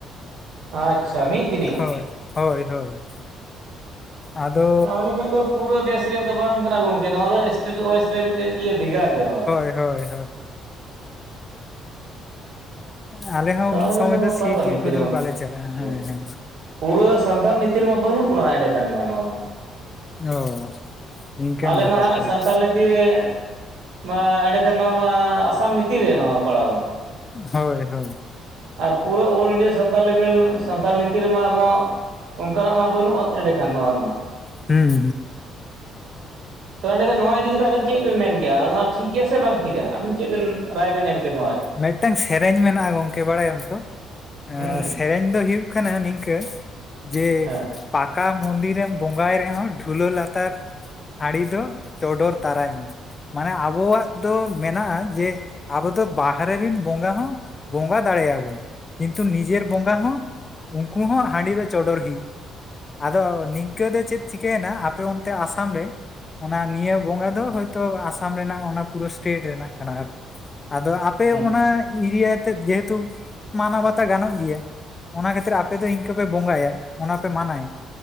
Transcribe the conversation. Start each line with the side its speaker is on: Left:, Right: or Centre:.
Right: ᱟᱪᱪᱷᱟ ᱢᱤᱫ ᱫᱤᱱ ᱭᱟ
Left: ᱦᱳᱭ ᱦᱳᱭ ᱦᱳᱭ ᱟᱫᱚ
Right: ᱛᱟᱦᱚᱞᱮ ᱠᱷᱟᱱ ᱫᱚ ᱯᱩᱨᱟᱹ ᱫᱮᱥ ᱨᱮᱭᱟᱜ ᱫᱚ ᱵᱟᱝ ᱠᱟᱱᱟ ᱜᱚᱝᱠᱮ ᱱᱚᱣᱟ ᱫᱚ ᱮᱥᱴᱮᱴ ᱳᱣᱟᱭᱤᱡ ᱨᱮ ᱢᱤᱫᱴᱮᱱ ᱵᱷᱮᱜᱟᱨ ᱜᱮᱭᱟ ᱱᱚᱣᱟ ᱫᱚ
Left: ᱦᱳᱭ ᱦᱳᱭ ᱟᱞᱮ ᱦᱚᱸ
Right: ᱛᱚ
Left: ᱩᱱ
Right: ᱟᱞᱮ
Left: ᱥᱚᱢᱚᱭ
Right: ᱥᱮᱫ ᱫᱚ
Left: ᱥᱤ
Right: ᱚᱠᱟ ᱞᱮᱠᱟ
Left: ᱴᱤ
Right: ᱱᱤᱛᱤ
Left: ᱠᱚᱫᱚ ᱵᱟᱞᱮ ᱪᱟᱞᱟᱜᱼᱟ ᱦᱮᱸ
Right: <unintelligible>
Left: ᱦᱮᱸ
Right: ᱯᱩᱨᱟᱹ ᱥᱟᱱᱛᱟᱲ ᱱᱤᱛᱤ ᱨᱮᱢᱟ ᱵᱟᱹᱱᱩᱜ ᱵᱚᱱᱟ ᱮᱸᱰᱮᱠᱷᱟᱱ ᱢᱟ ᱱᱚᱣᱟ ᱢᱟ᱾
Left: ᱚ ᱱᱤᱝᱠᱟᱹᱱ
Right: ᱟᱞᱮ
Left: ᱵᱮᱯᱟᱨ
Right: ᱢᱟ ᱦᱟᱜ
Left: ᱛᱟᱵᱮᱱ
Right: ᱥᱟᱱᱛᱟᱞ ᱞᱤᱛᱤ ᱨᱮᱻ ᱢᱟ ᱮᱸᱰᱮᱠᱷᱟᱱ ᱱᱚᱣᱟ ᱢᱟ ᱟᱥᱟᱢ ᱱᱤᱛᱤ ᱨᱮ ᱱᱚᱣᱟ ᱯᱟᱲᱟᱣ ᱱᱟ
Left: ᱦᱳᱭ ᱦᱳᱭ
Right: ᱟᱨ ᱯᱩᱨᱟᱹ ᱚᱞ ᱤᱱᱰᱤᱭᱟ ᱥᱟᱱᱛᱟᱞ ᱞᱮᱵᱮᱞ ᱥᱟᱱᱛᱟᱞ ᱱᱤᱛᱤ <unintelligible> ᱨᱮᱢᱟ ᱟᱵᱚᱣᱟ ᱚᱱᱠᱟᱱᱟᱜ ᱢᱟ ᱵᱟᱹᱱᱩᱜ-ᱟ ᱮᱸᱰᱮᱠᱷᱟᱱ ᱱᱚᱣᱟ ᱨᱮᱢᱟ
Left: ᱦᱩᱸ
Right: ᱛᱚ ᱮᱸᱰᱮ ᱠᱷᱟᱱ ᱱᱚᱣᱟ ᱤᱫᱤ ᱠᱟᱛᱮᱫ ᱟᱵᱤᱱ ᱪᱮᱫ ᱵᱮᱤᱱ ᱢᱮᱱ ᱠᱮᱭᱟ ᱚᱱᱟ ᱴᱷᱤᱠ ᱜᱮᱭᱟ ᱥᱮ ᱵᱟᱝ ᱴᱷᱤᱠᱟ ᱟᱵᱮᱱ ᱪᱮᱫ ᱵᱤᱱ ᱨᱟᱭ ᱵᱮᱱ ᱮᱢ ᱠᱮᱭᱟ ᱱᱚᱣᱟ ᱨᱮ?
Left: ᱢᱮᱫᱴᱟᱝ ᱥᱮᱨᱮᱧ ᱢᱮᱱᱟᱜ-ᱟ ᱜᱚᱝᱠᱮ ᱵᱟᱲᱟᱭᱟᱢ ᱛᱚ ᱮᱻ
Right: ᱦᱩᱸ
Left: ᱥᱮᱨᱮᱧ ᱫᱚ ᱦᱩᱭᱩᱜ ᱠᱟᱱᱟ ᱱᱤᱝᱠᱟᱹ ᱡᱮ
Right: ᱦᱮᱸ
Left: ᱯᱟ ᱯᱟᱠᱟ ᱢᱚᱱᱫᱤᱨᱮᱢ ᱵᱚᱸᱜᱟᱭ ᱨᱮᱦᱚᱸ ᱰᱷᱩᱞᱟᱹ ᱞᱟᱛᱟᱨ ᱦᱟᱲᱤ ᱫᱚ ᱪᱚᱰᱚᱨ ᱛᱟᱨᱟᱭ ᱢᱮ᱾ ᱢᱟᱱᱮ ᱟᱵᱚᱣᱟᱜ ᱫᱚ ᱢᱮᱱᱟᱜ-ᱟ ᱡᱮ ᱟᱵᱚ ᱫᱚ ᱵᱟᱦᱨᱮ ᱨᱮᱱ ᱵᱚᱸᱜᱟ ᱦᱚᱸ ᱵᱚᱸᱜᱟ ᱫᱟᱲᱮ ᱟᱵᱚᱱ ᱠᱤᱱᱛᱩ ᱱᱤᱡᱮᱨ ᱵᱚᱸᱜᱟ ᱦᱚᱸ ᱩᱱᱠᱩ ᱦᱚᱸ ᱦᱟᱹᱰᱤ ᱫᱚ ᱪᱚᱰᱚᱨ ᱦᱩᱭᱩᱜ-ᱟ᱾ ᱟᱫᱚ ᱱᱤᱝᱠᱟᱹ ᱫᱚ ᱪᱮᱫ ᱪᱤᱠᱟᱹᱭᱮᱱᱟ ᱟᱯᱮ ᱚᱱᱛᱮ ᱟᱥᱟᱢ ᱨᱮ ᱚᱱᱟ ᱱᱤᱭᱟᱹ ᱵᱚᱸᱜᱟ ᱫᱚ ᱦᱚᱭᱛᱚ ᱟᱥᱟᱢ ᱨᱮᱱᱟᱜ ᱚᱱᱟ ᱯᱩᱨᱟᱹ ᱥᱴᱮᱴ ᱨᱮᱱᱟᱜ ᱠᱟᱱᱟ ᱟᱨ ᱟᱫᱚ ᱟᱯᱮ
Right: ᱦᱩᱸ
Left: ᱚᱱᱟ ᱮᱨᱤᱭᱟᱛᱮᱫ ᱡᱮᱦᱮᱛᱩ ᱢᱟᱱᱟᱣ ᱵᱟᱛᱣ ᱜᱟᱱᱚᱜ ᱜᱮᱭᱟ ᱚᱱᱟ ᱠᱷᱟᱹᱛᱤᱨ ᱟᱯᱮ ᱫᱚ ᱤᱱᱠᱟᱹ ᱯᱮ ᱵᱚᱸᱜᱟᱭᱟ ᱚᱱᱟ ᱯᱮ ᱢᱟᱱᱟᱭᱟ